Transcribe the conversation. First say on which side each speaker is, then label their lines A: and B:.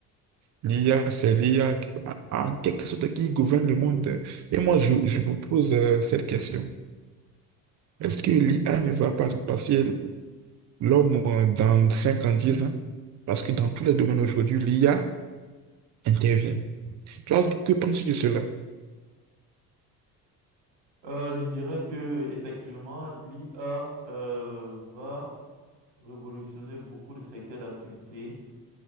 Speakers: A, on the right; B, on the right.
A: L'IA, c'est l'IA qui- en quelque sorte qui gouverne le monde. Et moi, je, je me pose euh, cette question. Est-ce que l'IA ne va pas passer l'homme euh, dans 5 ans, 10 ans? Parce que dans tous les domaines aujourd'hui, l'IA intervient. Toi, que penses-tu de cela?
B: Euh, je dirais que effectivement, l'IA euh, va révolutionner beaucoup de secteurs d'activité